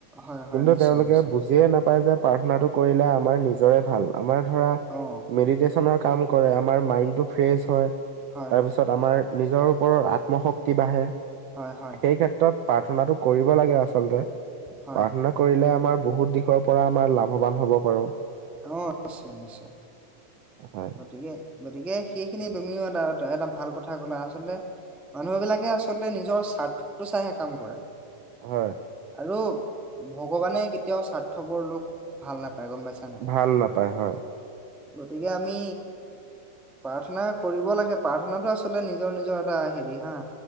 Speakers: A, in the centre; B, on the right (about 80°).
A: হয় হয়
B: কিন্তু,
A: নিশ্চয়
B: তেওঁলোকে
A: নিশ্চয়
B: বুজিয়ে নাপায় যে প্ৰাৰ্থনাটো কৰিলে আমাৰ নিজৰে ভাল আমাৰ ধৰা
A: অ
B: মেডিটেচনৰ কাম কৰে আমাৰ মাইণ্ডটো ফ্ৰেচ হয়
A: হয়
B: তাৰপিছত
A: হয়
B: আমাৰ নিজৰ ওপৰত আত্মশক্তি বাঢ়ে,
A: হয় হয়
B: সেই ক্ষেত্ৰত প্ৰাৰ্থনাটো কৰিব লাগে, আচলতে
A: হয়
B: প্ৰাৰ্থনা কৰিলে আমাৰ বহুত দিশৰ পৰা আমাৰ লাভবান হ'ব পাৰো।
A: অ', নিশ্চয়- নিশ্চয়
B: হয়
A: গতিকে- গতিকে সেইখিনি তুমিও তাৰ এটা ভাল কথা ক'লা আচলতে মানুহ বিলাকে আচলতে নিজৰ স্বাৰ্থটো চাইহে কাম কৰে।
B: হয়।
A: আৰু ভগৱানে কেতিয়াও স্বাৰ্থপৰ লোক ভাল নাপায়। গম পাইছা নাই
B: ভাল নাপায় হয়।
A: গতিকে আমি। প্ৰাৰ্থনা কৰিব লাগে, প্ৰাৰ্থনাটো আচলতে নিজৰ- নিজৰ এটা হেৰি হা।